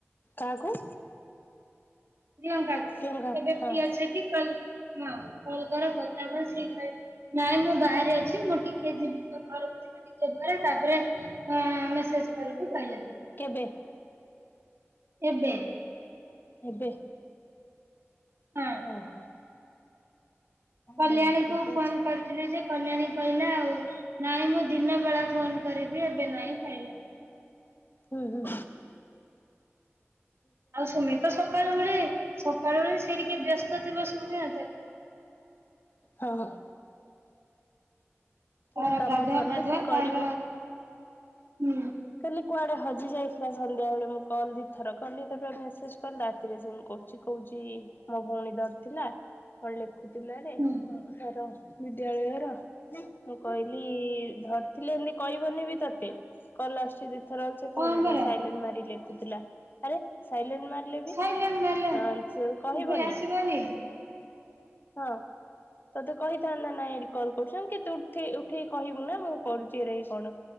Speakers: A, on the left; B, on the right.
A: କାହାକୁ?
B: ପ୍ରିୟଙ୍କା କୁ
A: କେଉଁ କାହାକୁ
B: ଏବେ
A: ହଁ
B: ଫ୍ରିଛ କି କଲ ହଁ। କଲ କର କଥା ହବା ସେ କିବ ନାଇଁ ମୁଁ ବାହାରେ ଅଛି ମୁଁ ଟିକେ ଯିବି ଘରକୁ। ଟେ ପରେ ତାପରେ ଆମେ ସେଷ କରିବୁ କହିଲେ।
A: କେବେ?
B: ଏବେ।
A: ଏବେ।
B: ହଁ
A: ଓହୋ।
B: କଲ୍ୟାଣୀ
A: ହଉ ଠିକ
B: କୁ ଫୋନ
A: ଅଛି
B: କରିଥିଲୁ ଯେ କଲ୍ୟାଣୀ କହିଲା ଆଉ ନାଇଁ ମୁଁ ଦିନ ବଳା ଫୋନ କରିବି ଏବେ ନାଇଁ ଖାଇ
A: ହୁଁ ହୁ
B: ଆଉ ସୁମେତ ସକାଳୁ ବଳି ସକାଳୁ ସେଇ ଟିକେ ବ୍ୟସ୍ତ ଥିବ ସୁମେ ତାକୁ
A: ହଁ ହଁ। ତୋର
B: ତାର
A: କାମ
B: ଗାଧୁଆ
A: ସରିଲେ
B: ପାଧୁଆ
A: ସି କରିବ
B: ତାର ହୁଁ
A: କାଲି କୁଆଡେ ହଜ ହଜି ଯାଇଥିଲା ସନ୍ଧ୍ୟାବେଳେ ମୁଁ କଲ ଦିଇ ଥର କଲି ତାପରେ ମେସେଜ୍ କଲି ରାତିରେ ସେଣ୍ଡ କହୁଛି କହୁଛି। ମୋ ଭଉଣୀ ଦର ଥିଲା କଣ ଲେଖୁ ଥିଲାରେ
B: ହୁଁ
A: ତାର ବିଦ୍ୟାଳୟର ମୁଁ କହିଲି ଧରିଥିଲି ଏମିତି କହିବନି ବି ତତେ କଲ ଆସୁଛି ଥର
B: ହଁ
A: କହୁନି
B: ପରା
A: ନା ସାଇଲେନ ମାରି ଲେଖୁଥିଲା ଆରେ ସାଇଲେନ ମାରିଲେ ବି
B: ସାଇଲେଣ୍ଟ ମାରିଲେ
A: ଅସିଏ କହିବନି।
B: ଉପରେ ଆସିବନି ହୁଁ
A: ହଁ ତତେ କହିଥାନ୍ତା ନାଇଁ ଏଠି କଲ୍ କରୁଛନ୍ କେତୁ ଉଠେଇ ଉଠେଇ କହିବୁ ନା ମୁଁ କରୁଛି ଏରା କଣ